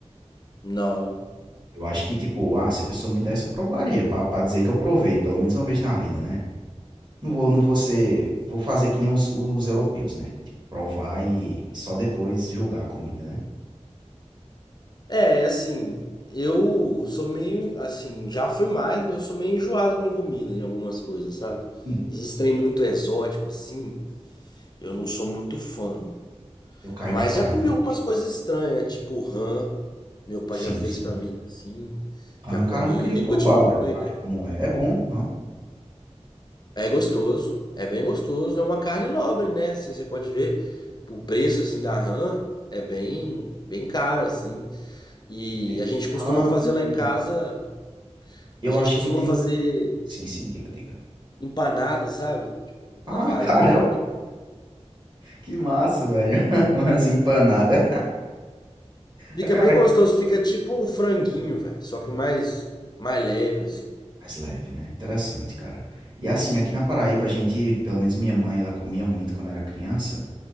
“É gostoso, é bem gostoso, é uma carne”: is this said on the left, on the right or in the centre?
Left